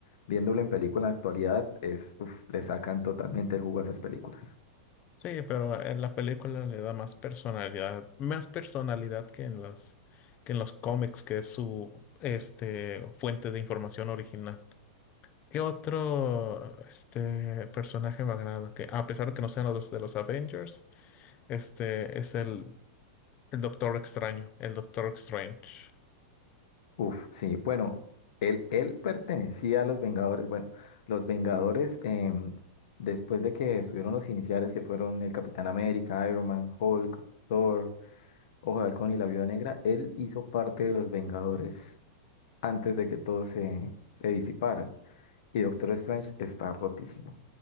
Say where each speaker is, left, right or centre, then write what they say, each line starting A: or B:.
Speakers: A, on the left (about 65°); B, on the left (about 35°).
A: Viéndolo en película en la actualidad, es, uf, le sacan totalmente el jugo a esas películas.
B: Sí, pero en la película le da más personalidad, más personalidad que en los, que en los cómics, que es su, este, fuente de información original. ¿Qué otro este, personaje me agrada? Que a pesar de que no sean los de los Avengers, este es el, el Doctor Extraño, el Doctor Strange.
A: Uf, sí. Bueno, él, él pertenecía a los Vengadores. Bueno, los Vengadores, em, después de que subieron los iniciales, que fueron el Capitán América, Iron Man, Hulk, Thor, Ojo de Halcón y la Viuda Negra, él hizo parte de los Vengadores antes de que todos se, se disiparan. Y Doctor Strange está rotísimo.